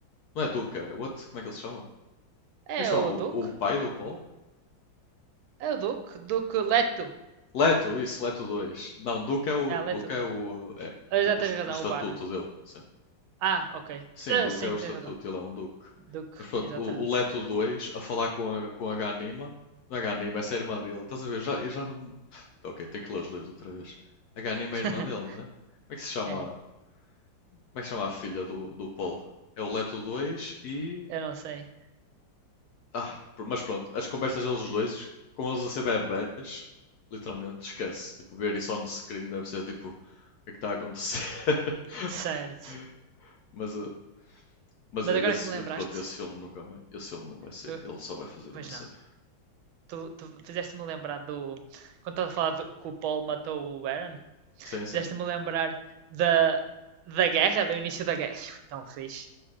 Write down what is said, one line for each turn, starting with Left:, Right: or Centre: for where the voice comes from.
Left: Não é Duque, é. What? Como é que ele se chama? Como
Right: É
Left: é que se chamava?
Right: o
Left: O,
Right: Duke?
Left: o pai do Paul?
Right: É o Duke? Duke Leto.
Left: Leto, isso, Leto dois Não, Duke é o,
Right: É, Leto.
Left: Duke
Right: de-
Left: é o, eh,
Right: Ah,
Left: é é tipo
Right: Já tens
Left: o, est-
Right: razão,
Left: o estatuto
Right: o Baron.
Left: dele. Sim.
Right: Ah, ok.
Left: Sim,
Right: Ah,
Left: Duke
Right: sim,
Left: é o estatuto,
Right: tens razão.
Left: ele é um Duque.
Right: Duke,
Left: Mas pronto,
Right: exatamente.
Left: o, o Leto 2 a falar com a, com a Ganima. Não é Ganima, essa é a irmã dele. Estás a ver? Já, eu já não. <sighs> Ok, tenho que ler os livros outra vez. A Ganima
Right: <laughs>
Left: é a irmã dele, não é? Como é que se chama?
Right: É,
Left: Como é que se chama a filha do, do Paul? É o Leto dois e.
Right: eu não sei.
Left: Ah, pr- mas pronto, as conversas deles os dois, com eles a ser bebés, literalmente, esquece. Tipo, ver isso on screen deve ser tipo, o que é que está a acontecer? <laughs>
Right: Certo.
Left: Mas, eh, mas
Right: Mas
Left: eh,
Right: agora
Left: esse,
Right: que me lembraste,
Left: eh, pronto, esse filme nunca mais, esse filme não vai sair,
Right: tu...
Left: ele só vai fazer
Right: pois
Left: uma série.
Right: não. Tu, tu fizeste-me lembrar do. Quando estava a falar do- que o Paul matou o Aaron,
Left: Sim, sim.
Right: fizeste-me lembrar da, da guerra, do início da guerra. <laughs> Foi tão fixe.